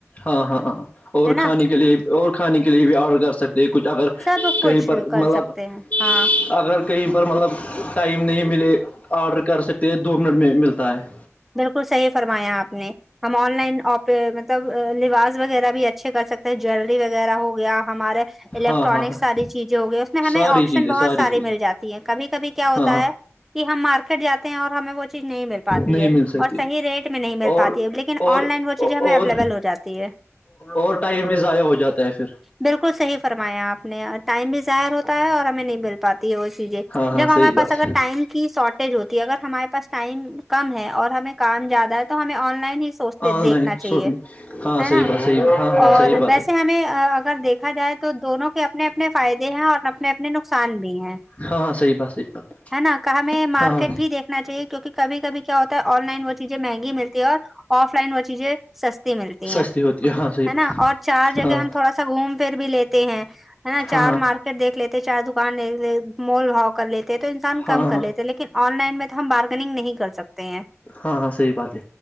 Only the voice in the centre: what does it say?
ہے نا
سب کچھ
کر
سکتے ہیں ہاں
بالکل صحیح فرمایا آپ نے ہم آن لائن مطلب لباس وغیرہ بھی اچھے کر سکتے ہیں جیلری وغیرہ ہو گیا ہمارے الیکٹرانک
ساری چیزیں ہو گی اس میں ہمیں
آپشن
بہت ساری
مل جاتی ہیں کبھی کبھی کیا ہوتا
ہے کہ ہم مارکیٹ جاتے ہیں اور ہمیں وہ چیز نہیں مل پاتی
ہے
اور
صحی ریٹ میں نہیں مل
پاتی ہے لیکن
آن لائن وہ چیزیں ہمیں
اویلیبل ہو جاتی ہے
بالکل صحیح فرمایا آپ نے اور ٹائم بھی ظاہر ہوتا اور ہمیں نہیں مل پاتی ہے وہ چیزیں
جب
ہمارے
پاس اگر ٹائم کی شارٹیج ہوتی ہے اگر ہمارے پاس ٹائم کم ہے اور ہمیں کام جیادہ ہے تو ہمیں آن لائن ہی سوچتے
دیکھنا
چاہیے
ا
اور
ویسے
ہمیں اگر دیکھا جائے تو دونوں کے اپنے اپنے فائدے ہیں اور اپنے اپنے نقصان بھی ہیں
ہے نا کہیں مارکیٹ
بھی دیکھ چاہیے کیونکہ کب کبھی کیا ہوتا ہے آن لائن و چیزیں مہنگی ملتی ہے اور آف لائن وہ چیزیں سستی ملتی
ہیں
ہے نا
اور چار جگہ
ہم تھوڑا سا گھوم پھر بھی لیتے ہیں ہے نا چار
مارکیٹ دیکھ لیتے چار دکان دیکھ مول بھاؤ کر لیتے تو انسان کم
کر لیتے لیکن آن لائن میں تو ہم بارگنگ نہیں کر سکتے ہیں